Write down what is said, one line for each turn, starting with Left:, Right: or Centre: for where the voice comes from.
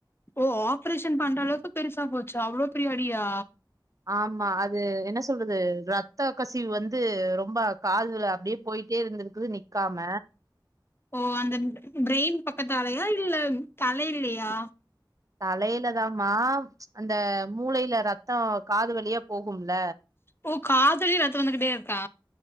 Left: ஓ ஆப்ரேஷன் பண்ற அளவுக்கு பெருசா போச்ச அவ்ளோ பெரிய அடியா
Right: ஆமா அது என்ன சொல்றது ரத்த கசிவு வந்து ரொம்ப காதுல அப்டியே போயிட்டே இருந்திருக்கு நிக்காம
Left: ஓ அந்த பிரெயின் பக்கத்தாலையா இல்ல தலைலியா
Right: தலையில தான் மா ப்ச் அந்த மூளையில ரத்தொ காது வழியா போகு போகும்ல
Left: ஓ காதுலா ரத்தம் வந்துகிட்டே இருக்கா